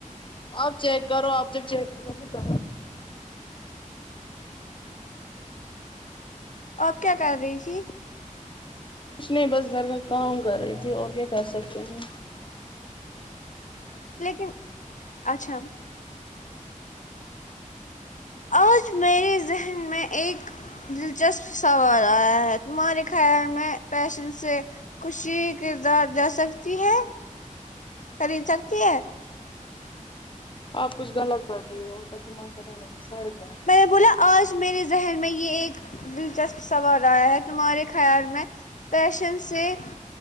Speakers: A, on the left (about 35°); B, on the left (about 65°).
A: اب چیک کرو اپ جب چیک کرو گی تو
B: آپ کیا کر رہی تھی
A: کچھ نہیں بس گھر کا کام کر رہی تھی اور کیا کر سکتے ہیں
B: لیکن اچھا آج میرے ذہن میں ایک دلچسپ سوال آیا ہے تمہارے خیال میں پیشن سے خوشی کردار جا سکتی ہے خرید سکتی ہے
A: آپ کچھ غلط پڑھ رہی ہو اور کا دماغ پتاہ نہیں سڑ گیا ہے
B: میں بولا آج میرے ذہن میں یہ ایک دلچسپ سوال آیا ہے تمہارے خیال میں پیشن سے